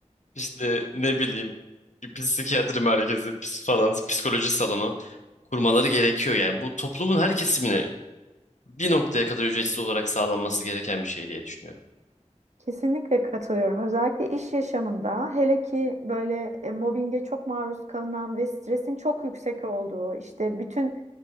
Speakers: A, on the left; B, on the right.
A: işte ne bileyim bir psikiyatri merkezi ps- falan psikoloji salonu kurmaları gerekiyor. Yani bu toplumun her kesimine bir noktaya kadar ücretsiz olarak sağlanması gereken bir şey diye düşünüyorum.
B: Kesinlikle katılıyorum. Özellikle iş yaşamında hele ki böyle e, mobbinge çok maruz kalınan ve stresin çok yüksek olduğu, işte bütün